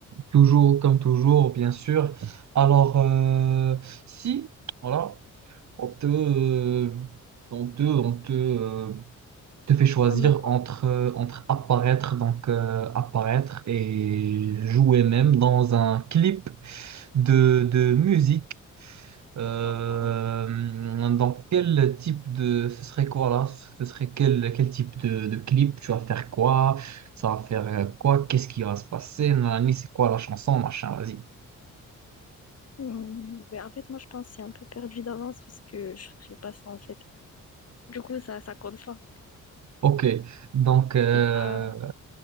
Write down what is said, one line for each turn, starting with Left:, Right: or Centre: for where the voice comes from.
Right: toujours comme toujours, bien sûr. Alors, euh, si, voilà, on te, euh, on te, on te, euh, te fait choisir
Left: En me quoi?
Right: entre, euh, entre apparaître, donc euh, apparaître et jouer même dans un clip de, de musique Euh,
Left: Oh, voilà.
Right: dans quel type de... Ce serait quoi là? Ce serait quel, quel type de, de clip? Tu vas faire quoi? Ça va faire euh, quoi? Qu'est-ce qui va se passer? Nanani, c'est quoi la chanson? Machin, vas-y.
Left: Hmm, ben, en fait, moi, je pense que c'est un peu perdu d'avance parce que je ferais pas ça, en fait. Du coup, ça, ça compte pas.
Right: Ok, donc, euh,
Left: C'est pas...